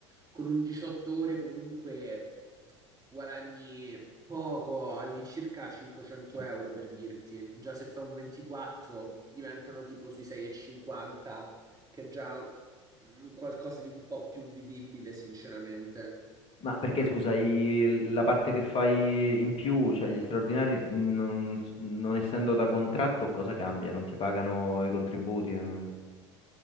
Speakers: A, on the right (about 25°); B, on the left (about 35°).
A: con un 18 ore comunque guadagni poco, all'incirca 500 euro per dirti. Già se fa un 24 diventano tipo sui 6,50, che è già mm, qualcosa di un po' più vivibile, sinceramente.
B: Ma perché scusa, i- la parte che fai in più, cioè gli straordinari, non, non essendo da contratto, cosa cambia? Non ti pagano i contributi? eh?